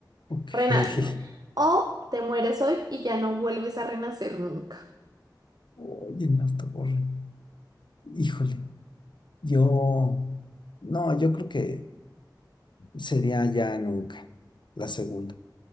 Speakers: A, on the left; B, on the right.
A: ok,
B: Renaces
A: <laughs>
B: mañana. O te mueres hoy y ya no vuelves a renacer nunca.
A: oye, Marta Borre, híjole, yo, no, yo creo que sería ya nunca, la segunda,